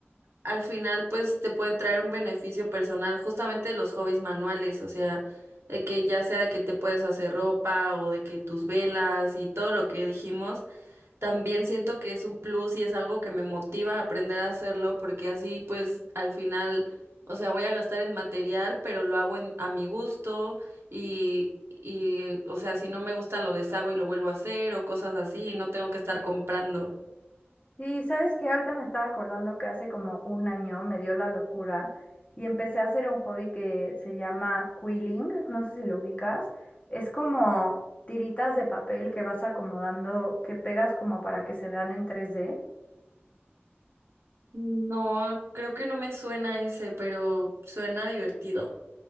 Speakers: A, on the right; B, on the left.
A: al final pues te pueden traer un beneficio personal, justamente los hobbies manuales, o sea, de que ya sea de que te puedes hacer ropa o de que tus velas y todo lo que dijimos. También siento que es un plus y es algo que me motiva a aprender a hacerlo porque así pues al final, o sea, voy a gastar en material, pero lo hago en, a mi gusto y, y, o sea, si no me gusta lo deshago y lo vuelvo a hacer o cosas así y no tengo que estar comprando.
B: Sí, sabes que ahorita me estaba acordando que hace como un año me dio la locura y empecé a hacer un hobby que se llama quilling, no sé si lo ubicas, es como tiritas de papel que vas acomodando, que pegas como para que se vean en 3D.
A: No, creo que no me suena ese, pero suena divertido.